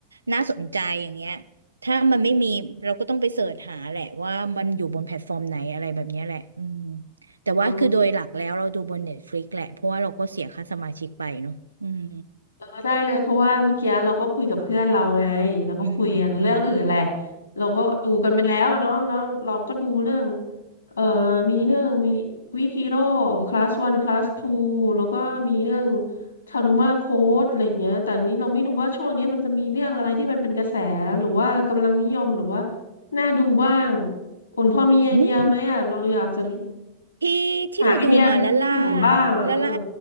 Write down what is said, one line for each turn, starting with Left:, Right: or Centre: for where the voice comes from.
Right: น่าสนใจอย่างเงี้ยถ้ามันไม่มีเราก็ต้องไปเสิร์ชหาแหละว่ามันอยู่บนแพลตฟอร์มไหนอะไรแบบเนี้ยแหละอืมแต่ว่าคือโดยหลักแล้วเราดูบน
Left: อ๋อ
Right: Netflix แหละเพราะว่าเราก็เสียค่าสมาชิกไปเนาะอืม
Left: เออได้เลยเพราะว่าเมื่อกี้เราก็คุยกับเพื่อนเราไงเราก็คุยกันเรื่องอื่นแหละ
Right: อืมอืมอืม
Left: เราก็ดูกันไปแล้วอะเนาะแล้วเราก็ดูเรื่องเอ่อมีเรื่องวิวิคิโร่คลาสวันคลาสทูแล้วก็มีเรื่องทารุมาโค้ดอะไรอย่างเงี้ยแต่ทีนี้เราไม่รู้ว่าช่วงเนี้ยมันจะมีเรื่องอะไรที่มันเป็นกระแสหรือว่ากำลังนิยมหรือว่าน่าดูบ้างอุ่นพอมีไอเดียไหมอ่ะเราอยากจะ
Right: อืม ที่ที่เราดูมาแล่าล่า
Left: หาไอเดียอื่นบ้างอ่ะเออ
Right: แล่าล่า